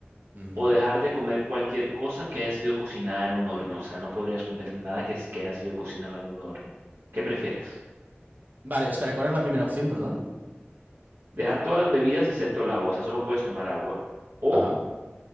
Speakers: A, on the right (about 45°); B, on the right (about 85°).
A: Ujú.
B: o dejar de comer cualquier cosa que haya sido cocinada en un horno. O sea, no podrías comer nada que, es- que haya sido cocinado en un horno. ¿Qué prefieres?
A: Vale, espera, ¿cuál era la primera opción, perdón?
B: Dejar todas las bebidas excepto el agua, o sea, solo puedes tomar agua. O,
A: Ajá.